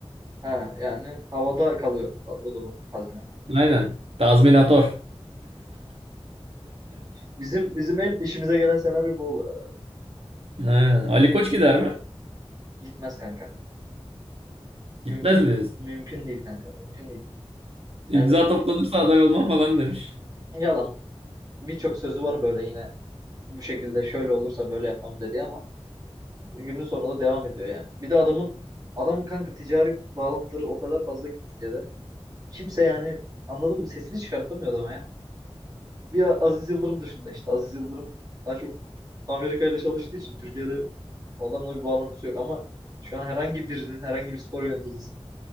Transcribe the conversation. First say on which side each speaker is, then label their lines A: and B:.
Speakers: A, on the right; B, on the right.
A: Ha, yani havada kalıyor o o zaman tazminat.
B: Aynen. Tazminator.
A: Bizim bizim en işimize gelen senaryo bu olur. herhalde.
B: Aynen. Ali Koç gider mi?
A: Gitmez kanka.
B: Gitmez
A: Mümkün
B: mi?
A: mümkün değil kanka. Mümkün değil.
B: İmza
A: Yani
B: toplanırsa aday olmam falan demiş.
A: yalan. Birçok sözü var böyle yine bu şekilde şöyle olursa böyle yapmam dedi ama günün sonunda devam ediyor yani. Bir de adamın adamın kanka ticari bağlantıları o kadar fazla ki Türkiye'de. Kimse yani anladın mı? Sesini çıkartamıyor adama ya. Bir Aziz Yıldırım dışında işte. Aziz Yıldırım daha çok Amerika ile çalıştığı için Türkiye'de adamla bir bağlantısı yok ama şu an herhangi birinin, herhangi bir spor yöneticisinin